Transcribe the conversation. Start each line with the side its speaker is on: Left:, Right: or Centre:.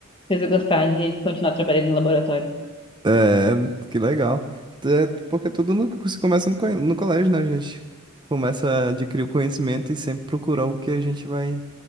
Left: fez eu gostar de continuar trabalhando em laboratório.
Right: É, que legal. É, porque tudo no- se começa no, co- no colégio, né? A gente começa a adquirir o conhecimento e sempre procurar o que a gente vai